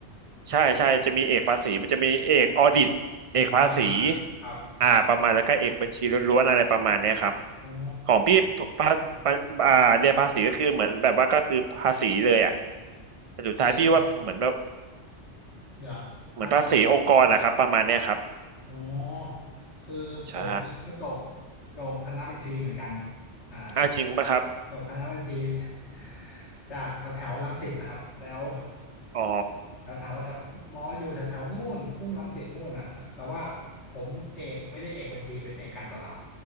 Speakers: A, on the right; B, on the left.
A: ใช่ใช่จะมีเอกภาษีมันจะมีเอกออดิตเอกภาษี
B: อ่าอ่าอ่าครับ
A: อ่าประมาณแล้วก็เอกบัญชีล้วนๆอะไรประมาณเนี้ยครับ
B: อ๋อ
A: ของพี่ภาภาอ่าเรียนภาษีก็คือเหมือนแบบว่าก็คือภาษีเลยอ่ะแต่สุดท้ายพี่ว่าเหมือนแบบ
B: คือเดี๋ยวภาษี
A: เหมือนภาษีองค์กรนะครับประมาณเนี้ยครับ
B: อ๋อ คือผมก็จบ
A: ใช่
B: จบคณะบัญชีเหมือนกันอ่า
A: อ่าจริงปะครับ
B: จบคณะบัญชี <laughs> จากแถวแถวรังสิตนะครับแล้ว
A: อ๋อ
B: แถวแถวแถวมออยู่แถวแถวนู่นทุ่งรังสิตนู่นอ่ะแล้วแต่ว่าผมเอกไม่ได้เอกบัญชีเป็นเอกการตลาด